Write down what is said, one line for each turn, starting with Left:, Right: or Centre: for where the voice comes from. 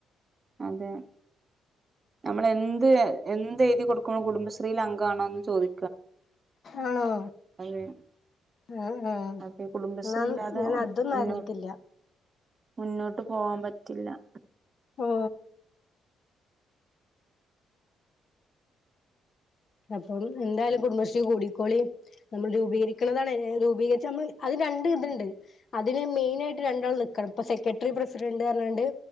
Right: അതെ നമ്മള് എന്ത് എന്ത് എഴുതി കൊടുക്കണോ കുടുംബശ്രീയില അംഗമാണോന്ന് ചോദി
Left: ആണോ
Right: അതെ
Left: ആ ആ
Right: അത് കുടുംബശ്രീ
Left: എന്ന
Right: ഇല്ലാതെ
Left: ഞാൻ അതൊന്നും
Right: മുന്നോ
Left: അറിഞ്ഞിട്ടില്ല.
Right: മുന്നോട്ട് പോവാൻ പറ്റില്ല.
Left: ഓ അപ്പം എന്തായാലും കുടുംബശ്രീ കൂടിക്കോളി. നമ്മൾ രൂപീകരിക്കുന്നതാണ് രൂപീകരിച്ച നമ്മള് അത് രണ്ട് വിധം ഉണ്ട്. അതിന് മെയിന ആയിട്ട് രണ്ടാള് നിക്കണം ഇപ്പൊ സെക്രട്ടറി പ്രസിഡന്റ് പറഞ്ഞ്ങ്ങണ്ട്.